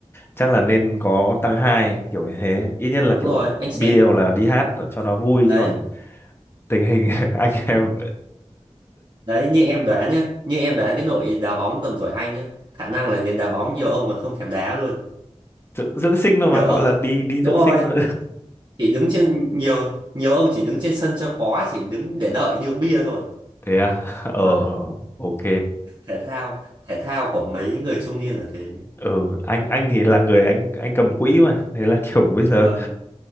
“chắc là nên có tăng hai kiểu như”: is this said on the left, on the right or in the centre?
Left